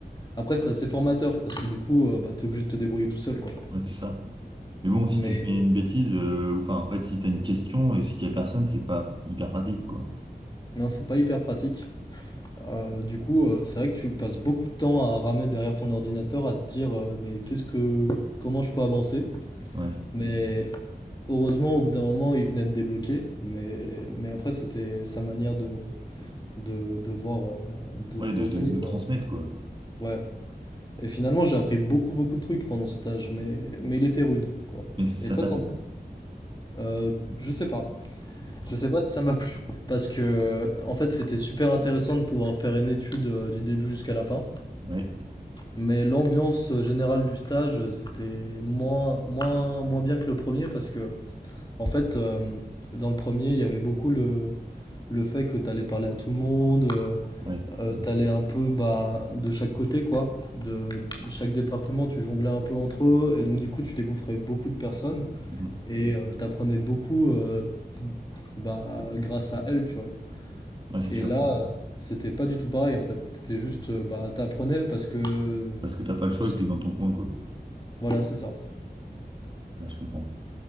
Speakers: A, on the left; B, on the right.
A: Après, c'est assez formateur parce que du coup, euh, bah, t'es obligé de te débrouiller tout seul, quoi.
B: Ouais, c'est ça. Mais bon, si
A: Mais
B: tu fais une bêtise, euh, ou enfin, en fait, si t'as une question et qu'il y a personne, c'est pas hyper pratique, quoi.
A: non, c'est pas hyper pratique. Euh, du coup, euh, c'est vrai que tu passes beaucoup de temps à ramer derrière ton ordinateur, à te dire, euh, mais qu'est-ce que, comment je peux avancer?
B: Ouais.
A: Mais heureusement, au bout d'un moment, il venait de débloquer. Mais, mais après, c'était sa manière de, de, de voir, euh, de-
B: Ouais,
A: d'enseigner,
B: de, de, de
A: quoi.
B: transmettre, quoi.
A: Ouais. Et finalement, j'ai appris beaucoup, beaucoup de trucs pendant ce stage, mais, mais il était rude, quoi.
B: Mais ça
A: Et toi,
B: t'a
A: t'en-
B: plu?
A: euh, je sais pas. Je sais pas si ça m'a plu. Parce que, en fait, c'était super intéressant de pouvoir faire une étude euh, du début jusqu'à la fin.
B: Ouais,
A: Mais l'ambiance euh, générale du stage, euh, c'était moins, moins, moins bien que le premier. Parce que, en fait, euh, dans le premier, il y avait beaucoup le, le fait que t'allais parler à tout le monde. euh,
B: ouais.
A: Euh, t'allais un peu bah, de chaque côté, quoi. De, de chaque département, tu jonglais un peu entre eux, et donc du coup, tu découvrais beaucoup de personnes,
B: Mhm.
A: et euh, t'apprenais beaucoup euh, bah, grâce à elles, tu vois.
B: Ouais, c'est
A: Et
B: sûr.
A: là, euh, c'était pas du tout pareil, en fait. C'était juste, euh, bah, t'apprenais parce que...
B: Parce que t'as pas le choix
A: parce
B: et que
A: que...
B: t'es dans ton coin, quoi.
A: Voilà, c'est ça.
B: Là, je comprends.